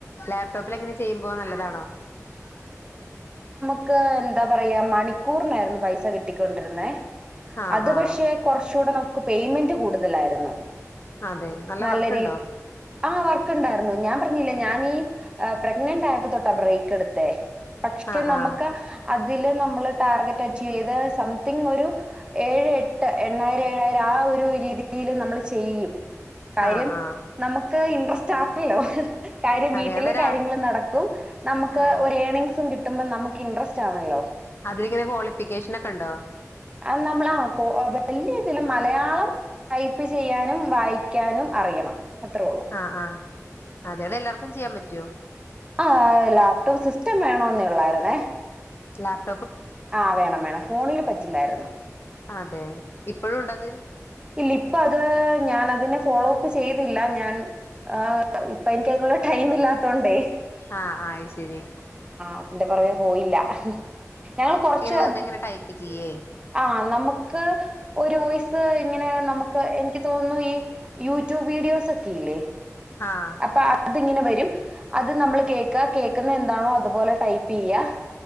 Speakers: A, on the left (about 45°); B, on the right (about 20°).
A: ലാപ്ടോപ്പിലെങ്ങനെ ചെയ്യും ഫോൺ നല്ലതാണോ
B: ക്ക് എന്താ പറയാ മണിക്കൂറിനായിരുന്നു പൈസ കിട്ടിക്കൊണ്ടിരുന്നേ
A: ആഹ്
B: അത്
A: ആഹ്
B: പക്ഷെ കൊറച്ചുകൂടെ നമു ക്ക് പേയ്മെന്റ് കൂടുതലായിരുന്നു
A: അതെ
B: നല്ല
A: വർക്കുണ്ടോ
B: രീത് ആഹ് വർക്ക് ഉണ്ടായിരുന്നു ഞാൻ പറഞ്ഞില്ലേ ഞാനീ ഏഹ് പ്രെഗ്നെന്റ് ആയപ്പോ തൊട്ടാ ബ്രേക്ക് ക്കെടുത്തേ പക്ഷെ
A: ആഹ്
B: നമക്ക്
A: ആഹ്
B: അത് ഇതില് നമ്മള് ടാർഗറ്റ് അച്ചീവ് ചെയ്ത് സംതിങ് ഒരു ഏഴ് എട്ട് എണ്ണായിരം ഏഴായിരം ആ ഒരു രീതിയില് നമ്മൾ ചെയ്യും കാര്യം
A: ആഹ് ആഹ്
B: നമുക്ക് ക്ക് ഇൻട്രസ്റ്റ് ആപ്പ്ല്ലോ കാര്യം വീട്ടിലെ
A: അതെ അതൊരാ
B: കാര്യങ്ങളും നടക്കും നമുക്ക്
A: ആഹ്
B: ഒരേണിംഗ് സം കിട്ടുമ്പോ നമക്ക് ഇൻട്രെസ്റ്റ് ആണല്ലോ
A: അതിലെ ക്വാളിഫിക്കേഷൻ ഒക്കെ ഉണ്ടോ
B: അത് നമ്മള് ആ കോ വലിയ ഇതില്ല മലയാളം ടൈപ്പ് ചെയ്യാനും വായിക്കാനും അറിയണം അത്രേ ഉള്ളൂ.
A: ആഹ് ആഹ് അതൊണ്ടെല്ലാർക്കും ചെയ്യാൻ പറ്റു യ്യൊ
B: ആ ലാപ്ടോപ്പ് സിസ്റ്റം വേണോന്നെയുള്ളായിരുന്നേ
A: ലാപ്പ്
B: ആഹ് ഓണം വേണം ഫോണില് പറ്റ് റ്റില്ലായിരുന്നു
A: അതെ ഇപ്പോഴുണ്ടത്
B: ഇല്ല ഇപ്പം അത് ഞാൻതിനെ ഫോളോപ്പ് ചെയ്യു ന്നില്ല ഞാൻ ആ ഇപ്പോ എനിക്കതിനുള്ള ടൈമില്ല ത്തോണ്ടേ
A: ആഹ് ആഹ് അയ് ശെരി
B: അതിന്റെ പുറകെ പോയില്ല ഞങ്ങൾ കൊറച്ച്
A: വെറുതെ ഇങ്ങനെ ടൈപ്പ് ചെയ്യേ
B: ആഹ് നമുക്ക് ഒരു വോയിസ് ഇങ്ങനെ നമുക്ക് എനിക്ക് തോന്നുന്നു ഈ യൂട്യൂബ് വീഡിയോസ് ഒക്കെ ഇല്ലേ
A: ആഹ്
B: അപ്പൊ അതിങ്ങനെ വ രും അത് നമ്മൾ കേൾക്കാ കേൾക്കുന്ന എന്താണോ അതുപോലെ ടൈപ്പെയ്യാ